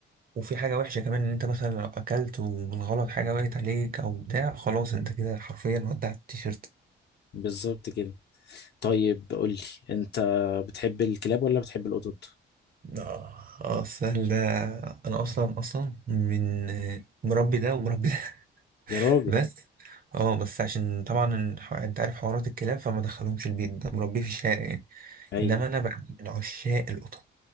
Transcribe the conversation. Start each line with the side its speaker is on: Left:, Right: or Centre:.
Right: وفي حاجة وحشة كمان ان انت مثلا لو اكلت وبالغلط حاجة وقعت عليك او بتاع خلاص انت كده حرفيا ودعت التيشيرت
Left: بالظبط كده طيب قول لي انت بتحب الكلاب ولا بتحب القطط
Right: اه آه، السهل ده انا اصلا اصلا من مربي ده ومربي ده <laughs>
Left: يا راجل
Right: بس اه بس عشان طبعا الح- انت عارف حوارات الكلاب فما دخلهمش البيت ده مربيه في الشارع يعني
Left: ايوه
Right: انما انا بقى من عشاق القطط